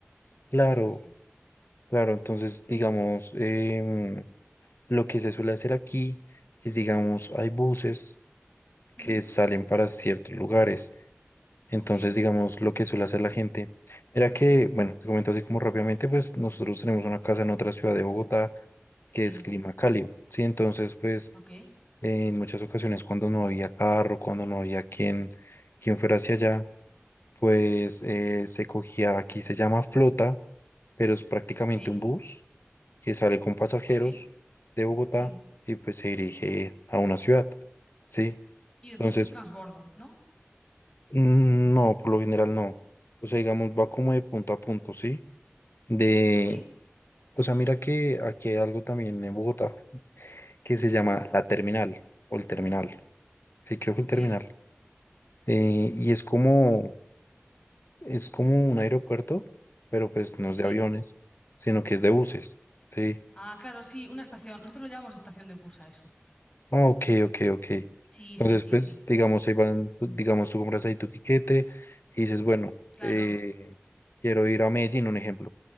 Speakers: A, on the left; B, on the left.
A: Sí,
B: claro,
A: sí, sí, sí.
B: claro, entonces, digamos, em, lo que se suele hacer aquí es, digamos, hay buses que
A: Ujú.
B: salen para ciertos lugares. Entonces,
A: Ok,
B: digamos, lo que suele hacer la gente, era que, bueno, te comento así como rápidamente, pues nosotros tenemos una casa en otra ciudad de Bogotá
A: sí,
B: que es clima cálido, ¿sí? Entonces, pues
A: ok,
B: en muchas ocasiones cuando no había carro, cuando no había quien, quien fuera hacia allá, pues eh, se cogía, aquí se llama flota, pero es prácticamente
A: ok,
B: un bus que sale con pasajeros
A: ok,
B: de Bogotá
A: sí.
B: y pues se dirige a una ciudad, ¿sí?
A: Y después
B: Entonces,
A: hacéis transbordo, ¿no?
B: Mm, No, por lo general no. O sea, digamos, va como de punto a punto, ¿sí? De,
A: Ok,
B: o sea, mira que aquí hay algo también en Bogotá que se llama la terminal o el terminal. Sí, creo que
A: ok,
B: el terminal. Eh, y es como, es como un aeropuerto, pero pues no
A: sí.
B: es de aviones, sino que es de buses, ¿sí?
A: Ah, claro, sí, una estación. Nosotros lo llamamos estación de bus a eso.
B: Ah, ok, ok, ok.
A: Sí,
B: Entonces,
A: sí, sí,
B: pues,
A: sí.
B: digamos, ahí van, pues, digamos, tú compras ahí tu tiquete y dices, bueno,
A: Claro,
B: eh, quiero ir a Medellín, un ejemplo.